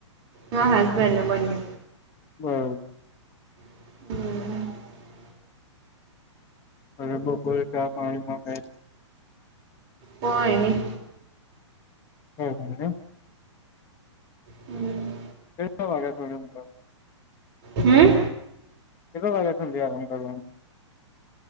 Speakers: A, on the right; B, on the left.
A: મા હસબનને બન્ને
B: હમ
A: હમ હ
B: અરે બપલ ક્યા પાણીમાં
A: હોય ની
B: હમ હમ હ.
A: હમ.
B: એટ વાગ થોડ મુ.
A: હમ.
B: કેતો લાગે દ આમ કર.